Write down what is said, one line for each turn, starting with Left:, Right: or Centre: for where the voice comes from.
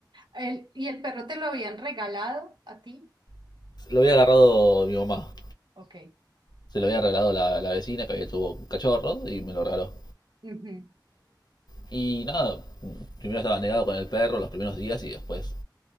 Right: El, ¿y el perro te lo habían regalado a ti?
Left: <laughs> Lo había agarrado mi mamá.
Right: Ok.
Left: Se lo había regalado la, la vecina que había tuvo cachorros y me lo regaló.
Right: Ujú.
Left: Y nada, primero estaba negado con el perro los primeros días y después,